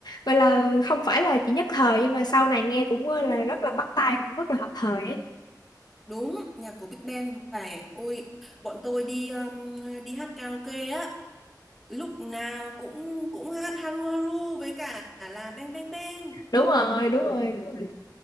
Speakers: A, on the left (about 70°); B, in the centre.
A: gọi là không phải là chỉ nhất thời nhưng mà sau này nghe cũng ờ,
B: Đúng.
A: là rất là bắt tai cũng rất là hợp thời ấy.
B: Đúng, nhạc của Big Bang phải ôi bọn tôi đi um, đi hát karaoke á lúc nào cũng cũng hát Haru Haru với cả là Bang Bang Bang
A: Đúng rồi, đúng rồi, đúng rồi.